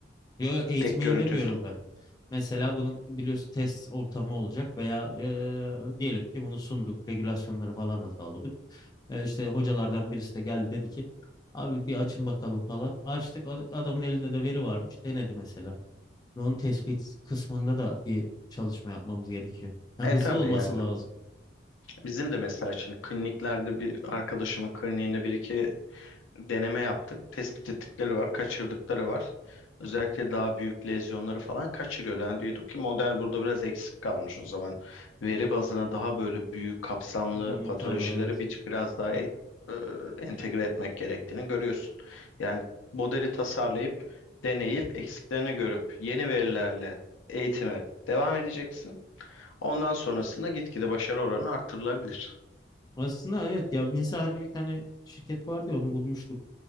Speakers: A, on the left; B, on the left.
A: Yo, yo, eğitmeyi
B: Tek görüntü
A: demiyorum
B: üstüne.
A: ben. Mesela bunun biliyorsun test ortamı olacak veya eee, diyelim ki bunu sunduk, regülasyonları falan da sağladık. İşte işte hocalardan birisi de geldi dedi ki abi bir açın bakalım falan. Açtık ad- adamın elinde de veri varmış denedi mesela. Onun tespit kısmında da bir çalışma yapmamız gerekiyor. Yani
B: E
A: hızlı
B: tabii
A: olması
B: yani
A: lazım.
B: bizim de mesela şimdi kliniklerde bir arkadaşımın kliniğinde bir iki deneme yaptık. Tespit ettikleri var, kaçırdıkları var. Özellikle daha büyük lezyonları falan kaçırıyordu. Yani diyorduk ki model burada biraz eksik kalmış o zaman. Veri bazına daha böyle büyük kapsamlı
A: Hı,
B: patolojileri
A: tabii evet.
B: bir, biraz daha e, e, entegre etmek gerektiğini görüyorsun. Yani modeli tasarlayıp, deneyip, eksiklerini görüp yeni verilerle eğitime devam edeceksin. Ondan sonrasında gitgide başarı oranı artırılabilir.
A: Aslında evet ya mesela hani bir tane şirket vardı ya onu bulmuştuk.